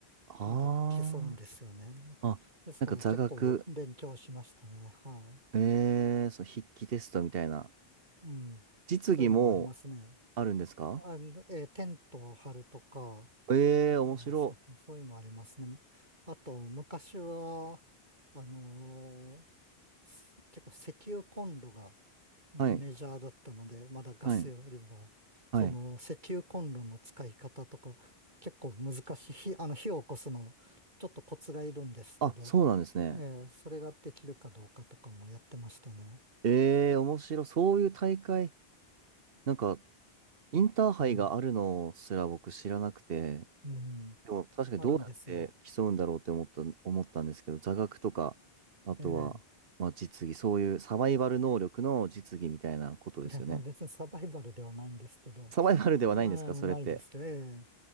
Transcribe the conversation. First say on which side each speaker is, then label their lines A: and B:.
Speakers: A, on the right (about 70°); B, on the right (about 50°).
A: あ
B: なんか競うんですよね。
A: あ。あ、
B: ですから結構勉強しましたね。
A: なんか座学。
B: は
A: えー、そう、筆記テストみたいな。
B: い。うん。
A: 実技も
B: そういうのもありますね。
A: あるんですか
B: あの、えーテントを張るとか、
A: えー、
B: あ、
A: 面白。
B: そう、そういうのありますね。あと、昔は、あのーす結構石油コンロが、メジャーだったので、
A: はい、
B: まだガスよりも、
A: はい、はい。
B: その石油コンロの使い方とか、結構難しい、火、あの火を起こすの、ちょっとコツがいるんですけど、
A: あ、そうなんですね。
B: えーそれができるかどうかとかもやってましたね。
A: えー、面白。そういう大会、なんか、インターハイがあるのすら僕知らなくて、
B: うん、うん、
A: でも確かにどうやって競うんだろうって思った、
B: あるんですよ。
A: 思ったんですけど、座学とか、あとは、
B: ええ
A: まあ実技、そういうサバイバル能力の実技みたいなことですよね。
B: いや、まあ別にサバイバルではないんですけど、
A: サバイバルではないんですかそれって。
B: まあないですよ。ええ